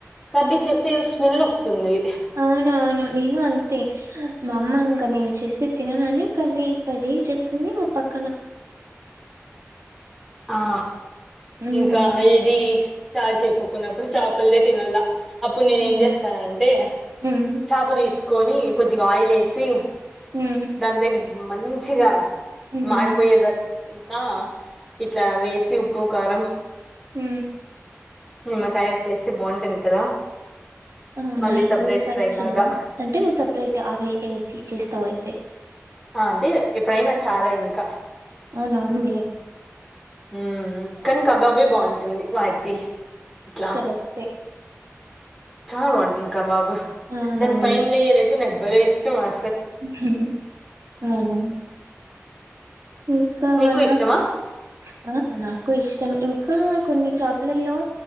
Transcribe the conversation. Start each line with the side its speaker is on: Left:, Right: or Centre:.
Centre: కర్రి చేస్తే స్మెల్ వస్తుంది తుంది
Right: అవునవును నేను అంతే మా అమ్మ ఇంకా నేను చేసిది తిననని కర్రీ కర్రీ చేస్తుంది. మా పక్క
Centre: ఆ
Right: హ్మ్
Centre: ఇంకా ఇది చార్ చేసుకోకున్నప్పుడు చేపలే తినాల అప్పుడు నేను
Right: అవును.
Centre: ఏం చేస్తానంటే
Right: హ్మ్
Centre: చేప తీసుకొని కొద్దిగా ఆయిల్ ఏసి
Right: హ్మ్
Centre: దాని దగ్గ మంచిగా
Right: హ్మ్
Centre: మారిపోయేదకా ఇట్లా వేసి ఉప్పు కారం
Right: హ్
Centre: నిమ్మ కాయ అట్లేస్తే బాగుంటుంది. కదా
Right: అవునా
Centre: మళ్ళీ
Right: ఎప్పుడు
Centre: సపరేట్
Right: ట్రై
Centre: ఫ్రై
Right: చెయ్యల
Centre: లాగా
Right: అంటే నువ్వు సపరేట్ అవి వేసి చేస్తావు అయితే
Centre: ఆ అంటే ఎప్పుడైనా చారే ఇంకా
Right: అవునావునులే
Centre: ఉ కానీ కబాబే బాగుంటుంది. వాటి ఇట్లా
Right: కరెక్టే
Centre: చాలా బాగుంటుంది. కబాబు
Right: అవునవును.
Centre: దాని పై యర్ అయితే నాకు భలే ఇష్టం అ
Right: హ్ అవున ఇంకా
Centre: నీకు
Right: నాకు
Centre: ఇష్టమా
Right: నాకు ఇష్టం ఇంకా కొన్ని చేపలల్లో